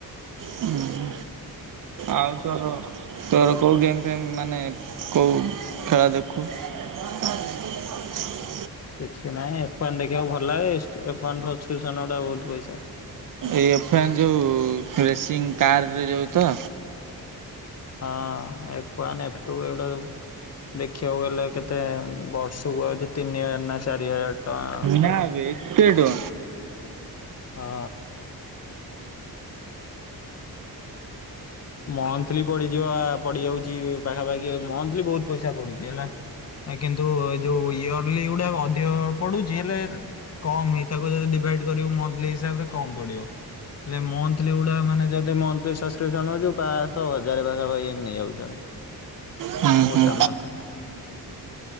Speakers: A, on the right; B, on the left.
A: ହୁଁ ଆଉ ତ ତୋର କୋଉ ଗେମ୍ ଫେମ ମାନେ କୋଉ ଖେଳ ଦେଖୁ? <inaudible>
B: କିଛି ନାହିଁ ଏଫ ୱାନ <unintelligible> ବହୁତ ପଇସା।
A: ଏଇଫନ୍ ଯୋଉ ରେସିଂ କାରରେ ଯୋଉ ତ?
B: ହଁ ଏଫୱନ୍ ଏଫ୍ ଟୁ ଏଗଟା ଦେଖିବାକୁ ଗଲେ କେତେ ବ ସୁଉଛି ତିନି ହଜାର ନା ଚାରି ହଜାର ଟଙ୍କା ଦବୁ।
A: ନାବେ ଏତେ ଟଙ୍କା।
B: ହଁ। ମନ୍ଥଲି ପଡିଯିବ ପଡିଯାଉଛି, ପାଖାପାଖି ମଥଲି ବହୁତ ପଇସା ପଡୁଛି ହେଲା। କିନ୍ତୁ ଏ ଯୋଉ ଇୟରଲି ଗୁଟା ଅଧିକ ପଡୁଛି, ହେଲେ କମ ହେ ତାକୁ ଯ ଡିଭାଇଡ୍ କରିବୁ ମନ୍ଥିଲ୍ ହିସାବରେ କମ ପଡିବ। ହେଲେ ମନଥିଲି ଗୁଡା ମାନେ ଯଦି ମନଥୀଲି ସସକିପସନ <unintelligible> ପାଶହ ହଜାର ପାଖାପାଖି ଏ ନେଇଯାଉଛନ୍।
A: ହୁଁ
B: ଗୋଟା
A: ହୁଁ
B: ମନ୍ଥରେ।